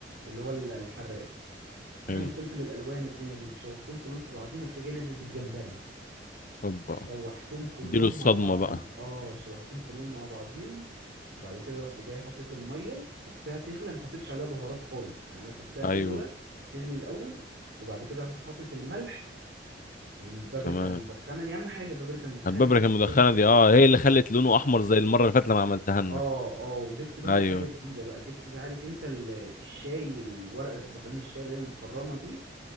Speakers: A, on the right; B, on the left.
A: اللي هو الحراق
B: حلو
A: والفلفل الالوان والدنيا دي وشوحتهم كلهم في بعضهم ورحت جاي نازل بالجمبري
B: اوبا
A: شوحتهم كلهم
B: اديله الصدمه
A: مع بعضهم
B: بقى
A: اه شوحتهم كلهم مع بعضهم وبعد كده رحت جاي حطيت الميه سبتها تغلى ما حطيتش عليها بهارات خالص يعني انا سبتها تغلى
B: ايوه
A: تغلي الاول وبعد كده رحت حطيت الملح والبابريكا
B: تمام
A: المدخنه دي اهم حاجه البابريكا المدخنه
B: البابريكا
A: دي في
B: المدخنة
A: اي شغل
B: دي اه هي اللي خلت لونه احمر زي المرة اللي فاتت لما عملتها لنا
A: اه اه وضفت بقى
B: ايوه
A: حاجه جديده بقى جبت زي- عارف انت ال- الشاي الورقه اللي بتبقى حوالين الشاي اللي هي المخرمه دي